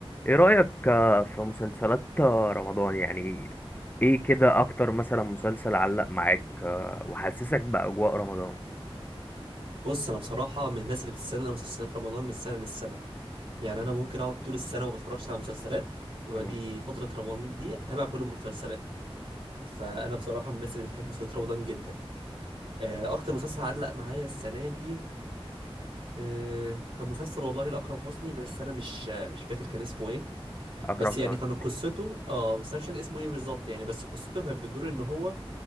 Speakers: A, on the left; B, on the right.
A: ايه رأيك آه، في مسلسلات آه، رمضان يعني ايه كده اكتر مثلا مسلسل علق معاك آه، وحسسك بأجواء رمضان
B: بص انا بصراحه من الناس اللي بتستنى مسلسلات رمضان من سنه للسنه يعني انا ممكن اقعد طول السنه ما بتفرجش على مسلسلات واجي
A: مم.
B: فتره رمضان دي اتابع كل المسلسلات فانا بصراحه من الناس اللي بتحب مسلسلات رمضان جدا آه، اكتر مسلسل علق معايا السنه دي آه، كان مسلسل والله لاكرم حسني بس انا مش آه، مش فاكر كان اسمه ايه
A: اكرم
B: بس يعني
A: حسني
B: كان قصته اه بس انا مش فاكر اسمه ايه بالظبط يعني بس قصته كانت بتدور ان هو